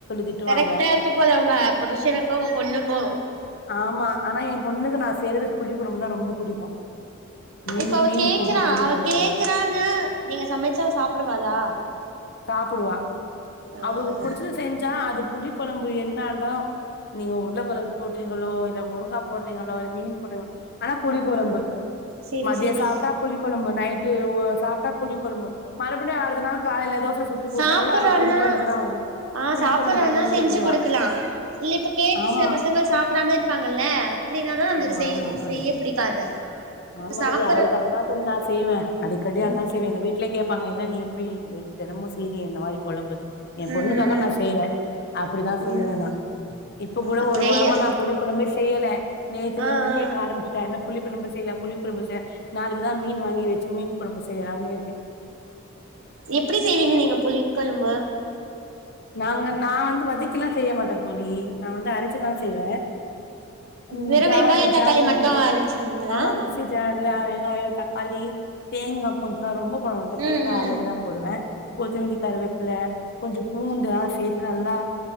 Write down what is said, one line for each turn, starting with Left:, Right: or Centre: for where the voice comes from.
Left: திட்டுவாங்க
Right: கரெக்ட்டா இருக்க போது உங்க புருஷனுக்கு உங்க பொண்ணுக்கு
Left: ஆமா ஆனா ஏம் பொண்ணுக்கு நா செய்றது புளி கொழம்புதா ரொம்ப புடிக்கு மீன்
Right: இப்ப அவ
Left: மீன்
Right: கேக்குறா
Left: போட்டு புளி
Right: அவ
Left: கொழம்பு
Right: கேக்குறான்னு நீங்க சமைச்சா அவ சாப்புடுவாளா
Left: சாப்புடுவா
Right: ஆ
Left: அவளுக்கு புடிச்சத செஞ்சா அது புளி கொழம்பு என்ன இருந்தாலு நீங்க உள்ள கொழம் போட்றீங்களோ இல்ல முருங்கா போட்றீங்களோ இல்ல மீன் போட்றீங் ஆனா புளி கொழம்பு
Right: செரி
Left: மதியொ
Right: செரி
Left: சாப்ட்டா புளி கொழம்பு நைட்டு ஒ சாப்ட்டா புளி கொழம்பு மறுபடியு அடுத்த நாள் காலையில தோச சுட்டு குடுத்தா
Right: சாப்புர்றான்னா
Left: கூட அதுக்கு புளி கொழம்பு தான் வேணும்
Right: ஆ
Left: புளி
Right: சாப்புர்றானா
Left: கொழம்பு வேணும்னு
Right: செஞ்சி
Left: சொல்லுவா
Right: குடுக்கலா இல்ல இப்ப கேட்டு
Left: ஆமா
Right: சில பசங்கள் சாப் ப்டாம இருப்பாங்கல்ல அப்டின்னாதா நம்மளுக்கு
Left: ஆமா
Right: செய்
Left: ஆமா தோழி
Right: செய்ய பிடிக்காது இப்ப
Left: ஆமா
Right: சாப்புற
Left: தோழி அவளுக்காகதா தோழி நா செய்வே அடிக்கடி
Right: ம்
Left: அதா செய்வே எங்க வீட்ல கேப் பாங்க என்னா நீ இப்டி தெனமு செய்றியே இந்த மாரி கொழம்பு ஏம் பொண்ணுக்காக
Right: ம்
Left: நா செய்ற அப்டிதா சொல்லுவ
Right: ம்
Left: நா இப்போக் கூட
Right: அப்டியே
Left: ஒரு வாரமா நா புளிக்கொழம்பே செய்யல நேத்துலேருந்து
Right: ஆ ஆ
Left: கேக்க ஆரம்பிச்சிட்டா என்ன‌ புளிக் கொழம்பு செய்ல புளிக் கொழம்பு செய்ல நாளக்கி தா மீன் வாங்கி வச்சி மீன் கொழம்பு செய்யலானு
Right: எப்டி செய்வீங்க நீங்க புளிக் கொழம்பு
Left: நாங்க நா வந்து வதக்கிலா செய்ய மாட்ட தோழி நா வந்து அரச்சிதா செய்வ ம்
Right: வெறு
Left: ஜார்
Right: வெங்காயோ
Left: ஜார்ல
Right: தக்காளி மட்டு அரச்சிடுவீங்களா
Left: ஆமா மிக்ஸி ஜார் ல வெங்காயொ தக்காளி தேங்கா கொஞ்சொதா ரொம்ப போடமாட்ட
Right: ம்
Left: தேங்கா
Right: ம்
Left: அளவுதா போடுவ கொத்தமல்லி கருவேப்புல கொஞ்சொ பூண்டு அ சேத்து நல்லா